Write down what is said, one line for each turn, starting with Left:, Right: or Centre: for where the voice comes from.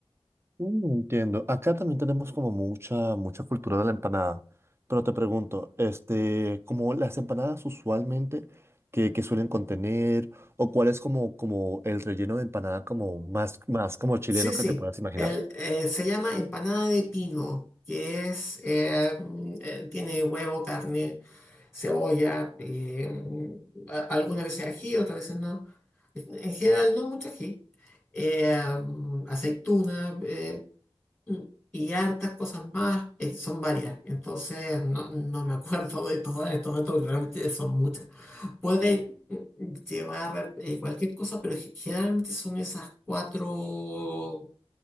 Right: Mm, Entiendo. Acá también tenemos como mucha, mucha cultura de la empanada. Pero te pregunto, este, como las empanadas usualmente que, que suelen contener, o cuál es como, como el relleno de empanada como más, más como chileno
Centre: Sí, sí.
Right: que te puedas imaginar.
Centre: El, eh, se llama empanada de pino, que es, eh, mm, eh, tiene huevo, carne, cebolla, eh, mm, a- algunas veces ají, otras veces no. En general no mucho ají. Eh, mm, aceituna, eh, mm, y hartas cosas más, eh, son varias. Entonces no, no me <laughs> acuerdo de todas en este momento, porque realmente son muchas. Puede mm, llevar eh, cualquier cosa, pero ge- generalmente son esas cuatro